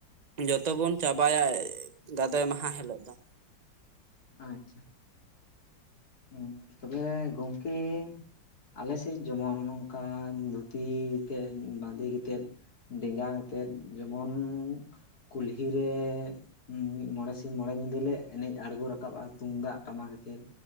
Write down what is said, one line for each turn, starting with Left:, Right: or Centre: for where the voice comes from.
Right: ᱡᱚᱛᱚᱵᱚᱱ ᱪᱟᱵᱟᱭᱟ ᱜᱟᱫᱚᱭ ᱢᱟᱦᱟ ᱦᱤᱞᱳᱜ ᱫᱚ।
Left: ᱟᱪᱪᱷᱟ᱾ ᱦᱮᱸ ᱛᱚᱵᱮ ᱜᱚᱝᱠᱮᱻ ᱟᱞᱮ ᱥᱮᱫ ᱡᱮᱢᱚᱱ ᱚᱱᱠᱟᱱ ᱫᱷᱩᱛᱤ ᱛᱮ ᱵᱟᱸᱫᱮ ᱠᱟᱛᱮᱫ ᱼᱼ ᱰᱮᱸᱜᱟ ᱟᱛᱮᱫ, ᱡᱮᱢᱚᱱ ᱠᱩᱞᱦᱤ ᱨᱮ ᱻ <unintelligible> ᱢᱚᱬᱮ ᱥᱤᱧ ᱢᱚᱲᱮ ᱧᱤᱫᱟᱹ ᱞᱮ ᱮᱱᱮᱡ ᱟᱬᱜᱚ ᱨᱟᱠᱟᱵᱼᱟ ᱛᱩᱢᱫᱟᱜ ᱴᱟᱢᱟᱠ ᱟᱛᱮᱫ।